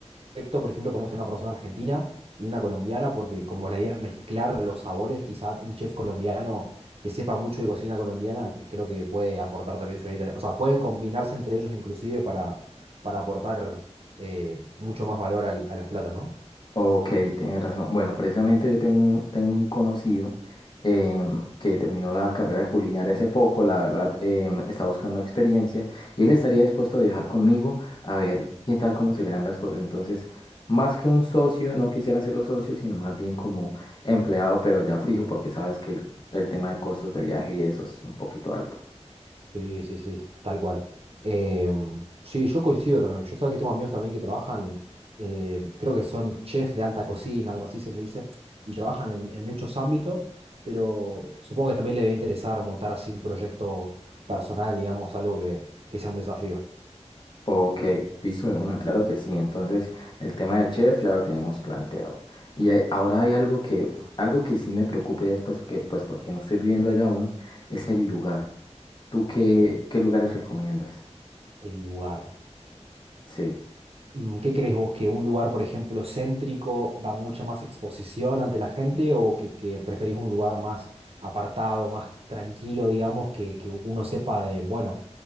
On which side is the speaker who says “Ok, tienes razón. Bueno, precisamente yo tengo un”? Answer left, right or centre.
Left